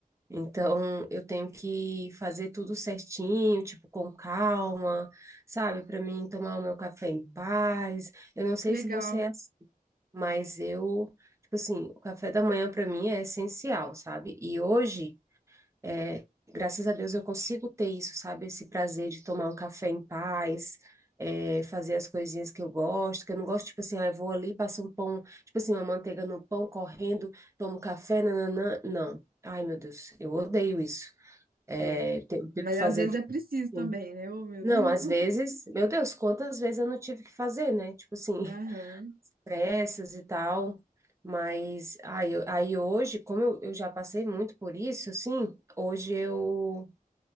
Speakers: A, on the right; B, on the right.
A: Então, eu tenho que fazer tudo certinho, tipo, com calma, sabe? Para mim tomar o meu café em paz. Eu não sei
B: que legal.
A: se você é Mas eu, tipo assim, o café da manhã para mim é essencial, sabe? E hoje, é, graças a Deus, eu consigo ter isso, sabe? Esse prazer de tomar um café em paz, é, fazer as coisinhas que eu gosto, que eu não gosto, tipo assim, ah, eu vou ali, passo um pão, tipo assim, uma manteiga no pão, correndo, tomo café, nananã. Não. Ai, meu Deus, eu odeio isso. É,
B: É,
A: tenho, tenho
B: mas
A: que fazer
B: às vezes
A: tudo
B: é preciso
A: assim.
B: também, né? Ô, meu
A: Não,
B: Deus.
A: às
B: <laughs>
A: vezes, meu Deus, quantas vezes eu não tive que fazer, né? Tipo assim
B: Aham.
A: peças e tal. Mas aí, eu- aí hoje, como eu, eu já passei muito por isso, assim, hoje eu,